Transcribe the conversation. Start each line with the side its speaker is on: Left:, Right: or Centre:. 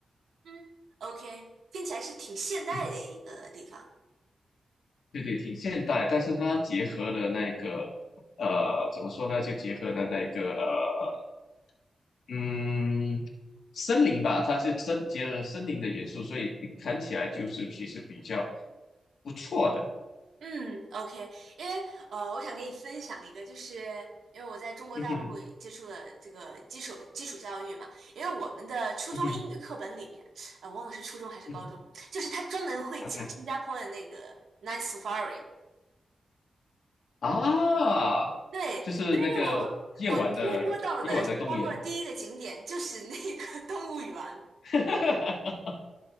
Right: 嗯，OK，听起来是挺现代的一个地方。
Left: 嗯对对，挺现代，但是它结合了那个，呃，怎么说呢？就结合了那个，呃，嗯。森林吧，它是森结合森林的元素，所以你看起来就是其实比较不错的。
Right: 嗯，OK，因为呃，我想给你分享一个，就是因为我在中国大陆接触了这个基础基础教育嘛，
Left: <laughs> 嗯哼哼
Right: 因为我们的初中英语课本里面，
Left: 嗯哼
Right: 呃，忘了是初中还是高中，
Left: 嗯
Right: 就是他专门会讲新加坡的那个
Left: 哼
Right: Night Safari，
Left: 啊啊，
Right: 对，
Left: 就是那个夜晚的夜晚的动物园。
Right: 所以我我听说到的新加坡的第一个景点就是那个 <laughs> 动物园
Left: <laughs>